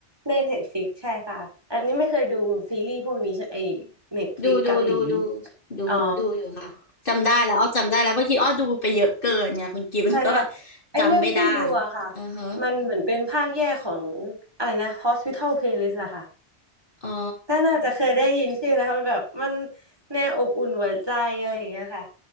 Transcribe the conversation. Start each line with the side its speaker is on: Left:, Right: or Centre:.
Right: ใน Netflix ใช่ค่ะอันนี้ไม่เคยดูซีรีส์พวกนี้ใช่ไอ Netflix
Left: ดูดูดูดู
Right: เกาหลี
Left: ดูดูอยู่ค่ะจำได้แล้วอ้อจำได้แล้วบางทีอ้อดูไปเยอะเกินไงคุณกิฟต์แล้วก็แบบ
Right: อ๋อใช่ใช่ไอเรื่องที่ดูอะค่ะ
Left: จำไม่ได้อือฮะ
Right: มันเหมือนเป็นภาคแยกของอะไรนะ Hospital Playlist อะค่ะ
Left: อ๋อ
Right: ถ้าน่าจะเคยได้ยินชื่อแล้วค่ะมันแบบมันแนวอบอุ่นหัวใจอะไรอย่างเงี้ยค่ะ